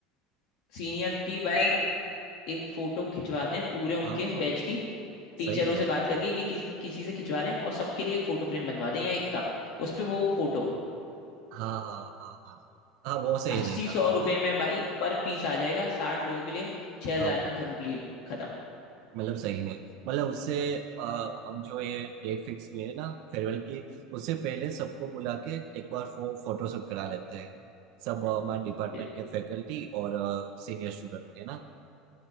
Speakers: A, on the left (about 55°); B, on the right (about 60°).
A: सीनियर की भाई एक फोटो खिंचवाते हैं पूरे उनके
B: हाँ
A: बैच की टीचरों
B: सही है
A: से बात करके कि, कि किसी से खिंचवा लें और सबके लिए एक फोटो फ्रेम बनवा दें या एक कप उस पे वो फोटो
B: हाँ हाँ हाँ हाँ हाँ वो सही
A: अस्सी
B: रहेगा
A: सौ रुपये
B: है ना
A: में भाई पर पीस आ जाएगा साठ लोगों के लिए छह हजार
B: हाँ
A: में कंप्लीट खत्म
B: मतलब सही है मतलब उससे अ, हम जो ये डेट फिक्स किए हैं ना फेयरवेल की उससे पहले सबको बुला के एक बार फो, फोटोशूट करा लेते हैं सब अ, हमारे डिपार्टमेंट
A: बिल-
B: के फैकल्टी और सीनियर स्टूडेंट है ना